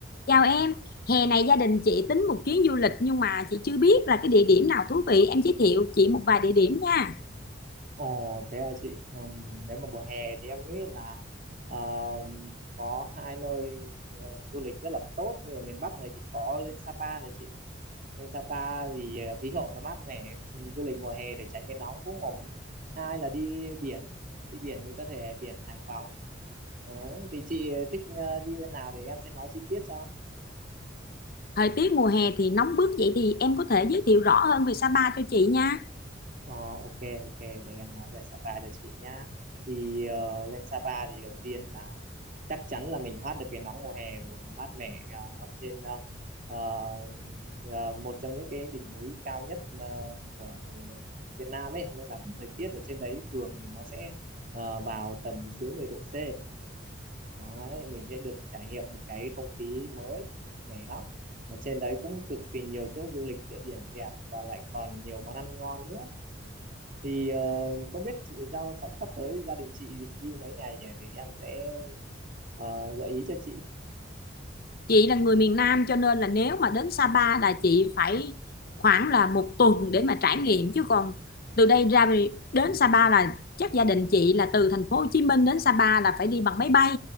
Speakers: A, on the left; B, on the right.
A: Chào em, hè này gia đình chị tính một chuyến du lịch nhưng mà chị chưa biết là cái địa điểm nào thú vị, em giới thiệu chị một vài địa điểm nha.
B: Ồ thế à chị Ừm, nếu mà mùa hè thì em nghĩ là ờ, có hai nơi ờ, du lịch rất là tốt như ở miền Bắc này thì có lên Sapa này chị lên Sapa thì ờ, khí hậu nó mát mẻ du lịch mùa hè để tránh cái nóng cũng ổn hai là đi biển đi biển thì có thể biển Hải Phòng đấy thì chị thích ờ, đi bên nào để em sẽ nói chi tiết cho
A: Thời tiết mùa hè thì nóng bức vậy thì em có thể giới thiệu rõ hơn về Sapa cho chị nha.
B: Ờ, ok ok để em nói về Sapa cho chị nhá thì ờ, lên Sapa thì đầu tiên là chắc chắn là mình thoát được cái nóng mùa hè rồi nó mát mẻ ờ, nó trên ờ, ờ, ờ, một trong những cái đỉnh núi cao nhất ờ, của Việt Nam ấy nên là cái thời tiết ở trên đấy thường thì nó sẽ ờ, vào tầm dưới 10 độ C đấy, mình sẽ được trải nghiệm một cái không khí mới mát mẻ lắm mà trên đấy cũng cực kỳ nhiều chỗ du lịch địa điểm đẹp và lại còn nhiều món ăn ngon nữa thì ờ, không biết chị giao sắp sắp tới gia đình chị định đi mấy ngày nhỉ thì em sẽ ờ, gợi ý cho chị
A: Chị là người miền Nam cho nên là nếu mà đến Sapa là chị phải khoảng là một tuần để mà trải nghiệm chứ còn từ đây ra về- đến Sapa là chắc gia đình chị là từ thành phố Hồ Chí Minh đến Sapa là phải đi bằng máy bay.